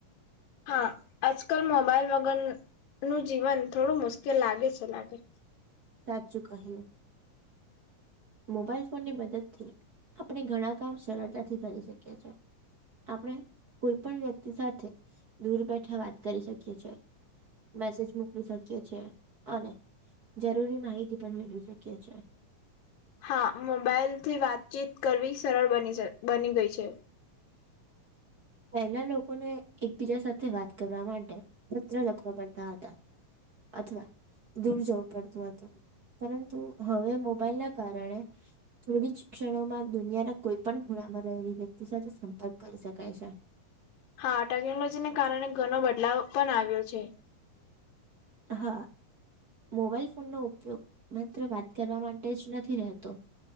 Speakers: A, on the left; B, on the right.
A: હા આજ કલ મોબાઈલ વગર નું જીવન થોડું મુશ્કેલ લાગે છે લાગે
B: સાચું કહ્યું. મોબાઈલ ફોન ની મદદ થી આપણે ઘણા કામ સરળતાથી કરી શકીએ છીએ. આપણે કોઈ પણ વ્યક્તિ સાથે દૂર બેઠા વાત કરી શકીએ છે, મેસેજ મોકલી શકીએ છેએ અને જરૂરી માહિતી પણ મેળવી શકીએ છે.
A: હા, મોબાઈલ થી વાતચીત કરવી સરળ બની જાય બની ગઈ છે.
B: પહેલા લોકોને એકબીજા સાથે વાત કરવા માટે પત્ર લખવા પડતા હતા, અથવા દૂર જવું પડતું હતું, પરંતુ હવે મોબાઈલ ના કારણે થોડી જ ક્ષણોમાં દુનિયાના કોઈ પણ ખૂણામાં રહેલી વ્યક્તિ સાથે સંપર્ક કરી શકાય છે.
A: હા, ટેકનોલોજીને કારણે ઘણો બદલાવ પણ આવ્યો છે,
B: હા. મોબાઈલ ફોનનો ઉપયોગ માત્ર વાત કરવા માટે જ નથી રહેતો.